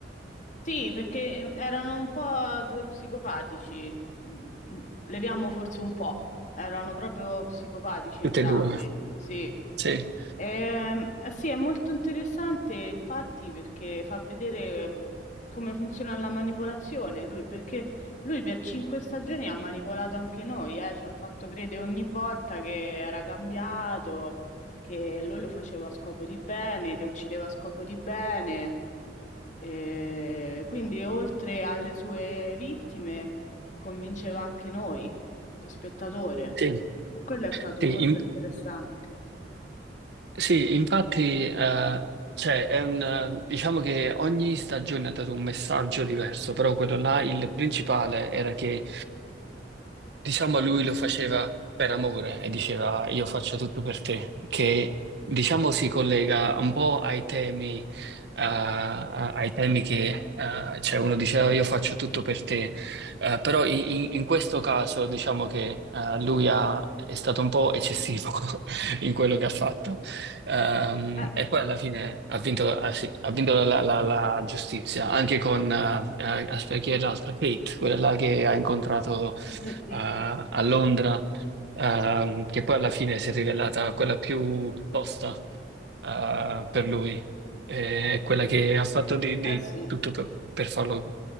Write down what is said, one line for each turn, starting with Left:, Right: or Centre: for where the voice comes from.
Left: Sì, perché ehm, erano un po' due psicopatici. Mm, mm, Leviamo forse un po'. Erano proprio psicopatici
Right: tutte
Left: entrambi.
Right: e due.
Left: Sì,
Right: Sì.
Left: Ehm, eh sì, è molto interessante infatti perché fa vedere ehm, come funziona la manipolazione lui, perché lui per cinque stagioni ha manipolato anche noi, eh, ci ha fatto credere ogni volta che era cambiato, che lui lo faceva a scopo di bene, che uccideva a scopo di bene, e quindi oltre alle sue vittime convinceva anche noi, lo spettatore.
Right: Sì,
Left: E quello è stato
Right: sì,
Left: molto
Right: in-
Left: interessante.
Right: sì, infatti, eh, cioè, è un, eh, diciamo che ogni stagione ha dato un messaggio diverso, però quello là, il principale era che Diciamo lui lo faceva per amore e diceva io faccio tutto per te, che diciamo si collega un po' ai temi, eh, a- ai temi che eh, cioè uno diceva io faccio tutto per te, Eh, però in, in- in questo caso diciamo che eh, lui ha- è stato un po' eccessivo <laughs> in quello che ha fatto. Ehm,
Left: Eh,
Right: e poi alla fine ha vinto, ah, sì, ha vinto la, la- la- la giustizia, anche con, eh, eh, aspetta, chi è l'altra? Kate, quella là che ha incontrato
Left: mm, mm, mm.
Right: a, a Londra, ehm,
Left: Sì.
Right: che poi alla fine si è rivelata quella più tosta, eh, per lui, Eh, quella che ha fatto di, di
Left: Eh sì, ha
Right: tutto per, per farlo,